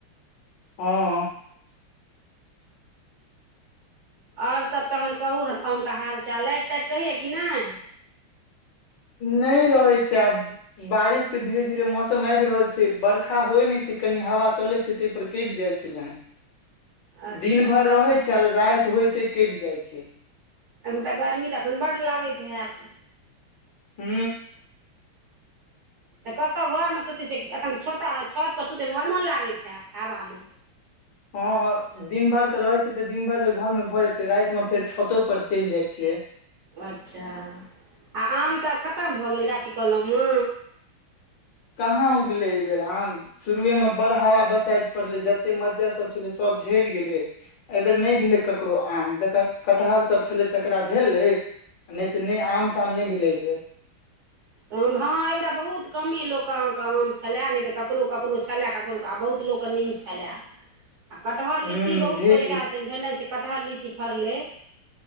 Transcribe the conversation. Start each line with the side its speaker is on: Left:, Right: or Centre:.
Left: हँ
Right: आओर सभ तऽ कहू, गामक हाल चाल, लाइट टाइट रहै छै कि नहि?
Left: नहि रहै छै। आब बारिश के धीरे धीरे मौसम आबि रहल छै, बरखा होइ नहि छै, कनि हवा चलैत छै ताहि पर। कटि जाइ छै। लाइन
Right: अच्छा
Left: दिन भरि रहै छै। आ राति होयते कटि जाइ छै।
Right: एखन गर्मी तऽ एखन बड्ड लागैत होयत?
Left: हू
Right: तऽ कतहु घरमे सुतै छियै एखन छतपर सुतैमे हर मोन लागैत हैत हवामे।
Left: हँ दिन भर तऽ रहै छै तऽ दिन भरि तऽ घरमे भऽ जाइ छै, रातिमे फेर छतपर चलि जाइ छियै।
Right: अच्छा, आ आम सभ खतम भऽ गेल गाछी कलममे?
Left: कहाँ उगेले एहि बेर आम। शुरुएमे बड़ हवा बसा पड़लै, जते मज्जर सभ छलै, सभ झरि गेलै। एहि बेर नहि भेलै ककरो आम ज कटहर सभ छलै तकरा भेलै आ नहि तऽ नहि आम ताम नहि भेलीए
Right: तखन हँ, एहिबेरा बहुत कमे लोकके अहाँके आम छलए, नहि तऽ ककरो ककरो छलएक। आ बहुत लोकके नीक छलै। आ कटहर
Left: हूँ
Right: लीची बहुतके
Left: ढेर
Right: जकरा
Left: गेल।
Right: से भेलनि, से कटहर लीची फड़लै।